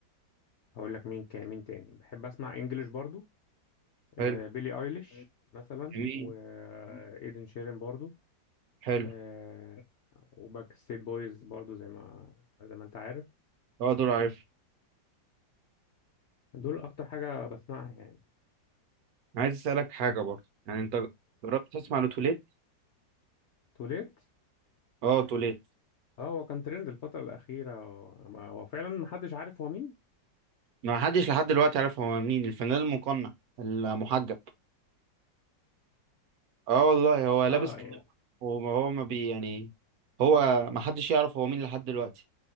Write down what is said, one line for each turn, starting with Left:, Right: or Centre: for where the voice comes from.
Left: هقول لك مين كان مين تاني بحب اسمع انجلش برضو آه،
Right: حلو
Left: بيلي ايليش مثلا
Right: جميل
Left: وايدن شيرين برضو
Right: حلو
Left: آه، وباك ستيت بويز برضو زي ما زي ما انت عارف
Right: اه دول عارف
Left: دول اكتر حاجة بسمعها يعني
Right: عايز أسألك حاجة برضه يعني أنت جربت تسمع لتوليت
Left: توليت
Right: اه توليت
Left: اه هو كان ترند الفترة الأخيرة هو هو فعلا محدش عارف هو مين
Right: ما حدش لحد دلوقتي عارف هو مين الفنان المقنع المحجب اه والله هو لابس
Left: اه
Right: كلام
Left: يعني
Right: وما هو ما بي يعني هو ما حدش يعرف هو مين لحد دلوقتي